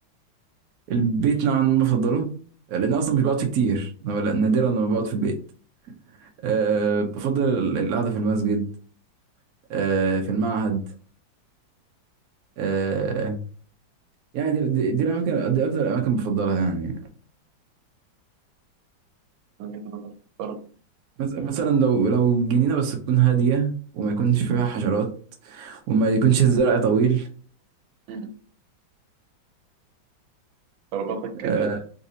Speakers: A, on the right; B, on the right.
A: البيت نوعا ما بفضله لان أنا اصلا مش بقعد فيه كتير أنا ولا- نادرا لما بقعد في البيت أه بفضل ال- القعده في المسجد أه في المعهد أه يعني دي, دي, دي الاماكن دي اكتر الاماكن بفضلها يعني
B: من وجهة نظر محترم.
A: مس- مثلا لو لو جنينه بس تكون هاديه وما يكونش فيها حشرات وما يكونش الزرع طويل
B: مم. طلباتك كده
A: آه.